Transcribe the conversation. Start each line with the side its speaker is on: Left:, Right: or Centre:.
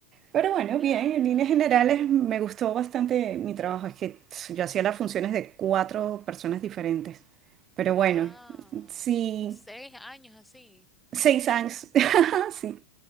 Right: Pero bueno,
Centre: Claro.
Right: bien, en líneas generales me gustó bastante mi trabajo. Es que tss, yo hacía las funciones de cuatro personas diferentes. Pero
Centre: Wow.
Right: bueno, sí,
Centre: Seis años así.
Right: seis años, <laughs> sí.